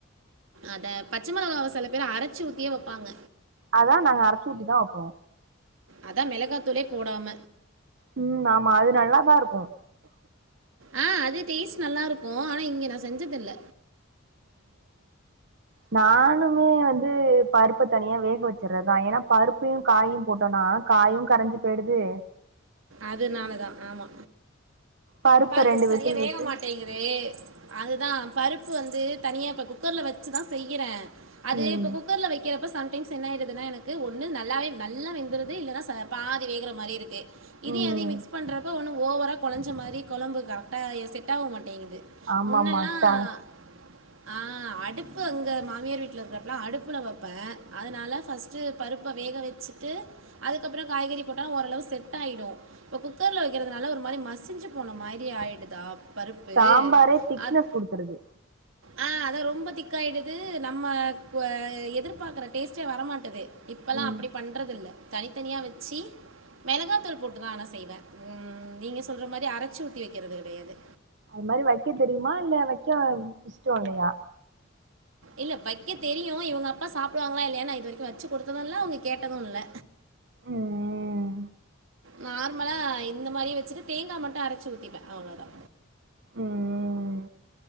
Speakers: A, on the right (about 80°); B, on the right (about 60°).
A: அத பச்ச மெளகாவ செல பேர் அரச்சு ஊத்தியே வப்பாங்க
B: அதா நாங்க அரச்சு ஊத்தி தா வப்போ
A: அதா மெளகா தூளே போடாம
B: ம் ஆமா அது நல்லாதா இருக்கு
A: ஆ அது டேஸ்ட் நல்லா இருக்கு ஆனா இங்க நா செஞ்சதுல்ல
B: நானு னு வந்து பருப்பு தனியா வேக வச்சுரதா ஏனா பருப்பையு காயு போட்டோனா காயு கரைஞ்சி போய்டுது
A: அதுனால தா ஆமா
B: பருப்ப
A: பருப்பு
B: ரெண்டு
A: சரியா
B: விசில்
A: வேக
B: விட்டு
A: மாட்டேங்குது தே அதுதா பருப்பு வந்து தனியா இப்ப குக்கர்ல வச்சுதா செய்யுறே அது
B: ம்
A: இப்ப குக்கர்ல வைக்கிறப்ப சம் டைம்ஸ் என்ன ஆயிடுதுன்னா எனக்கு ஒன்னு நல்லாவே நல்லா வெந்துருது இல்லனா ச பாதி வேகிற மாரி இருக்கு இதையு
B: ம்
A: அதையு மிக்ஸ் பண்றப்ப ஒன்னு ஓவரா கொலைஞ்ச மாரி கொழம்பு கரெக்டா செட் ஆவ மாட்டேங்குது
B: ஆமாமா
A: முன்னெல்லாம்
B: ட்ட
A: ஆ அடுப்பு அங்க மாமியார் வீட்ல இருக்கிறப்ல அடுப்புல வப்பே அதனால ஃபஸ்ட்டு பருப்ப வேக வச்சுட்டு அதுக்கப்றோ காய்கறி போட்டா ஓரளவு செட் ஆயிடு இப்போ குக்கருல வைக்கிறதுனால ஒரு மாரி மசிஞ்சி போன மாரி ஆயிடுதா பருப்பு.
B: சாம்பாரே திக்னஸ்
A: அத்
B: குடுத்துருது
A: ஆ அதா ரொம்ப திக்காயிடுது நம்ம க எதிர்பாக்குற டேஸ்ட்டே வரமாட்டேது இப்பல்லா
B: ம்
A: அப்டி பண்றதுல்ல தனித்தனியா வச்சு மெளகா தூள் போட்டுதா ஆனா செய்வே ம் நீங்க சொல்ற மாரி அரச்சு ஊத்தி வைக்குறது கெடயாது
B: அது மாரி வைக்க தெரியுமா இல்ல வைக்க இஷ்டோ இல்லையா
A: இல்ல வைக்க தெரியு இவங்க அப்பா சாப்பிடுவாங்களா இல்லையான்னு இது வரைக்கு வச்சு குடுத்தது இல்ல அவங்க கேட்டது இல்ல
B: ம்
A: நார்மலா இந்த மாரியே வச்சுட்டு தேங்கா மட்டு அரச்சி ஊத்திப்பே அவ்ளோதா
B: ம்